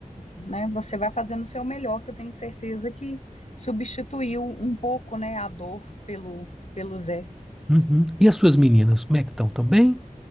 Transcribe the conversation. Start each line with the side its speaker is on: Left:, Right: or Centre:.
Left: né, você vai fazendo o seu melhor, que eu tenho certeza que substituiu um pouco, né, a dor pelo, pelo Zé.
Centre: Uhum. E as suas meninas, como é que estão? Tão bem?